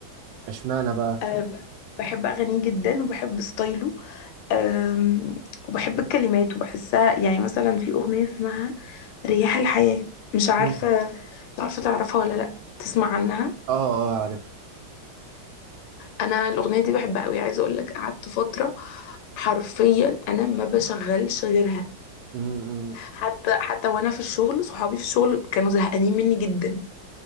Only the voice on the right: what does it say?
اشمعنى بقى
مم.
اه اه عارف
مم، مم.